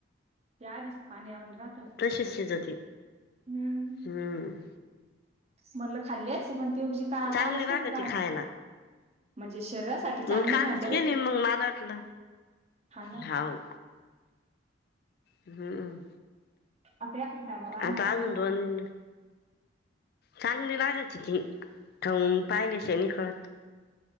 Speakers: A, on the right; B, on the left.
A: ते आधीच तर, पाण्यावाणी राहत.
B: तशीच शिजति.
A: हम्म,
B: हं.
A: म्हणलं खाल्ली असती. पण ती रोजी का
B: चांगली
A: कालच
B: लागती
A: केलती <unintelligible>
B: खायला
A: म्हणजे शरीरासाठी चांगली
B: मी कालच
A: म्हणत्या बाई
B: केली
A: ती.
B: मग मला वाटलं
A: हा ना
B: हाव. हम्म.
A: आता एखाद्या टायमाला आणावं
B: आता
A: लागल
B: अजून
A: पण
B: दोन चांगली लागती ती. खाऊन पाहिल्याशिवाय नाही कळत.